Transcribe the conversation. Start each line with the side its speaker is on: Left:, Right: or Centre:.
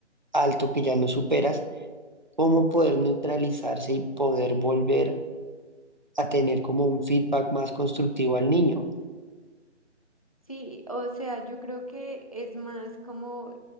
Right: alto que ya no superas? ¿Cómo poder neutralizarse y poder volver a tener como un feedback más constructivo al niño?
Left: Sí, o sea, yo creo que es más como,